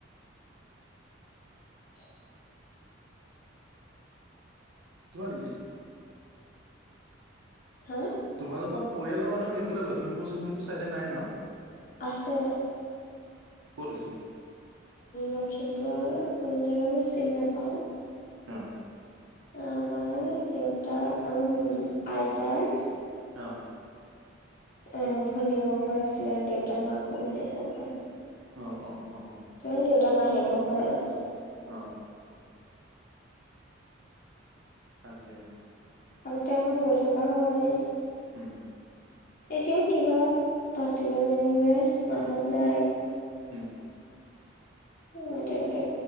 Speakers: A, on the left (about 45°); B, on the right (about 85°).
A: <inaudible>
B: <inaudible> তোমাৰ
A: হা
B: তোমালোকৰ পৰিয়ালৰ মানুহ এইফালে লখিমপুৰ- চখিমপুৰ চাইডে নাই ন?
A: আছে।
B: ক'ত আছে?
A: লখিমপুৰৰ কোন জেগা মই চিনি নাপাওঁ?
B: অঁ।
A: আমাৰ দেউতা, আমাৰ আইতাৰ
B: অ
A: এ ভনীয়েকৰ ঘৰ আছিলে, দেউতাৰ, মাকৰ, ভনীয়েকৰ ঘৰ।
B: অ অ অ অ।
A: তুমি দেউতা মাহিয়েকৰ ঘৰৰ
B: অঁ। তাকে।
A: আগতে আমাৰ গৈ থকা হয়।
B: উম
A: এতিয়াও কিবা পাতিলে মেলিলে মা হত যায়।
B: উম
A: অ তেনেকে,